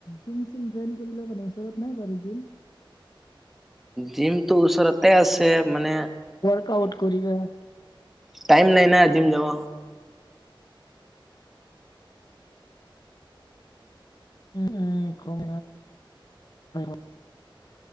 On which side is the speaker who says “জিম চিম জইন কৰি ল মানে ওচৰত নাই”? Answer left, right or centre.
Left